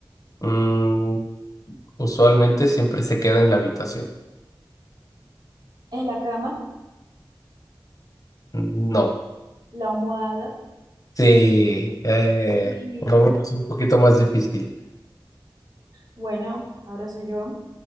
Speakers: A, on the left; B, on the right.
A: Mm, usualmente siempre se queda en la habitación.
B: Es la cama,
A: No.
B: la almohada.
A: Sí, eh,
B: Y
A: es un poquito más difícil.
B: bueno, ahora soy yo.